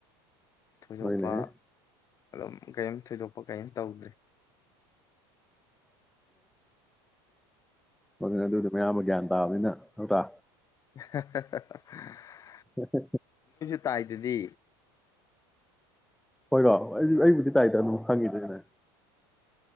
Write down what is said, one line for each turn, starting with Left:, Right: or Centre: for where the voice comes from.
Left: ꯊꯣꯏꯗꯣꯛꯄ
Centre: ꯅꯣꯏꯅꯦꯍꯦ
Left: ꯑꯗꯨꯝ ꯀꯔꯤꯝ ꯊꯣꯏꯗꯣꯛꯄ ꯀꯔꯤꯝ ꯇꯧꯗ꯭ꯔꯤ
Centre: ꯑꯗꯨ ꯑꯗꯨꯗꯤ ꯃꯌꯥꯝ ꯑꯃ ꯒ꯭ꯌꯥꯟ ꯇꯥꯕꯅꯤꯅ ꯍꯇꯥ
Left: <unintelligible>
Centre: ꯍ
Left: ꯇꯥꯏ ꯑꯗꯨꯗꯤ
Centre: ꯍꯣꯏꯔꯕꯣ ꯍ ꯑꯩꯗꯤ ꯑꯩꯕꯨꯗꯤ ꯇꯥꯏꯇ ꯑꯗꯨꯝ ꯐꯪꯉꯤꯗꯅ ꯀꯩꯅ